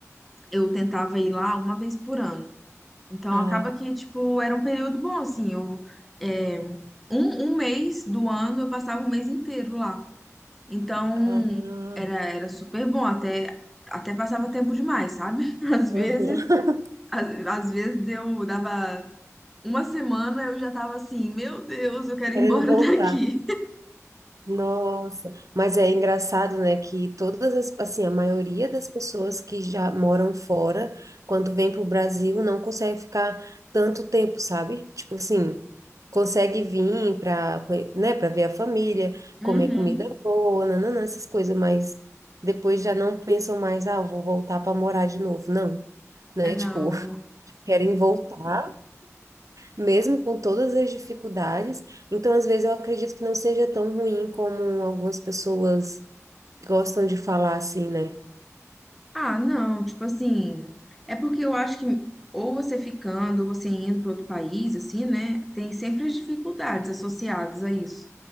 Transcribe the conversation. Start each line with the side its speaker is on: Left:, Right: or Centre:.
Centre: eu tentava ir lá uma vez por ano. Então
Right: Ah,
Centre: acaba que tipo era um período bom assim, eu é, um, um mês do ano eu passava o mês inteiro lá. Então,
Right: ah, ah,
Centre: era, era super bom, até, até passava tempo demais, sabe? <laughs> Às vezes,
Right: aham.
Centre: às, às vezes deu, dava uma semana, eu já tava assim, meu Deus, eu quero
Right: <laughs> Querendo
Centre: ir embora
Right: voltar.
Centre: <laughs> daqui.
Right: Nossa, mas é engraçado, né, que todas as, assim, a maioria das pessoas que já moram fora, quando vem para o Brasil, não consegue ficar tanto tempo, sabe? Tipo assim, consegue vir para, né, para ver a família,
Centre: Uhum.
Right: comer comida boa, nananã, essas coisas, mas depois já não pensam mais, ah, eu vou voltar para morar de novo. Não, né?
Centre: É, Não,
Right: Tipo, <laughs>
Centre: não
Right: querem voltar mesmo com todas as dificuldades. Então, às vezes, eu acredito que não seja tão ruim como algumas pessoas gostam de falar assim, né?
Centre: Ah, não, tipo assim, é porque eu acho que ou você ficando, ou você indo para outro país, assim, né? Tem sempre as dificuldades associadas a isso.